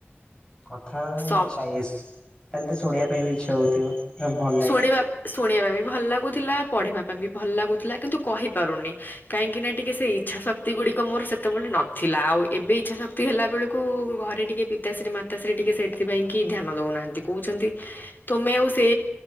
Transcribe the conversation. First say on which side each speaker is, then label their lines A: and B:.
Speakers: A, on the left; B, on the left.
A: କଥା ହବାପାଇଁ
B: ସବ
A: ଇଚ୍ଛା ଐଶ ତାହେଲେ ତ ଶୁଣିବା ପାଇଁ ବି ଇଚ୍ଛା ହଉଥିବ। ଭଲ ଲାଗେ
B: ଶୁଣିବା ଶୁଣିବା ପାଇଁ ବି ଭଲ ଲାଗୁଥିଲା ପଢିବା ପାଇଁ ବି ଭଲ ଲାଗୁଥିଲା କିନ୍ତୁ କହିପାରୁନି। କାଁକି ନା ଟିକେ ସେ ଇଛା ଗୁଡ଼ିକ ମୋର ସେତେବେଳେ ନଥିଲା ଆଉ ଏବେ ଇଚ୍ଛା ଶକ୍ତି ହେଲା ବେଳକୁ ଘରେ ଟିକେ ପିତାଶ୍ରୀ ମା ପିତାଶ୍ରୀ ସେ ଟିକେ ସେଥିପାଇଁ କି ଧ୍ୟାନ ଦଉନାହାନ୍ତି, କହୁଛନ୍ତି ତମେ ଆଉ ସେ